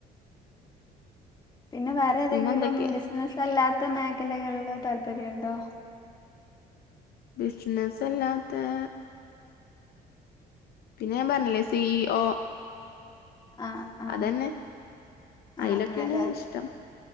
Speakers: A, on the left; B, on the left.
A: പിന്നെ വേറെ ഏതേങ്കിലും
B: പിന്നെ എന്തൊക്കെ
A: ബിസിനസ്സല്ലാത്ത മേഖലകളില് താല്പര്യണ്ടോ?
B: ബിസ്നെസ്സെല്ലാത്തെ പിന്നെ ഞാംപർഞ്ഞില്ലേ സീ ഓ
A: ആഹ് ആഹ്
B: അതന്നെ
A: ആഹ്
B: അയ്ലൊക്കെണ്
A: അങ്ങനെല്ലേ
B: ഇഷ്ടം